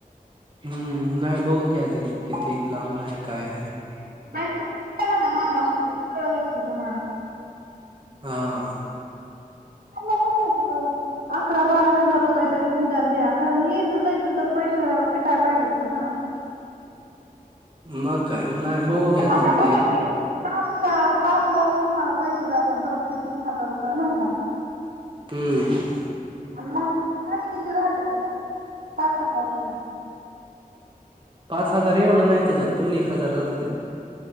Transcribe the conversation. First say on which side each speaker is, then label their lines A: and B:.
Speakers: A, on the right; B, on the right.
A: हम्म नाही बघु की आधी किती लांब आहे काय आहे <unintelligible>
B: नाही तुम्ही बी चला ना मामा सोबत कळलंच की तुम्हाला <unintelligible>
A: हा <unintelligible>
B: त्यांनला म्हणायच अकरा बारा हजार रुपये तरी निदान द्या कारण यायचं जायचं तर पैसे <unintelligible> पैसे फिटयला पाहिजेत की म्हणाव <unintelligible>
A: मग काय नाही <unintelligible>
B: बघा
A: ते
B: बघा की <unintelligible> पाच सहा पाच लाच तुम्हाला पैसे जातील दोन ते तीन हजार रुपये महिना <unintelligible>
A: ते <unintelligible>
B: आणि मग ते खाली किती राहत्यात पाच हजार रुपये <unintelligible>
A: पाच हजार एवढं नाहीत जात दोन एक हजार जातील <unintelligible>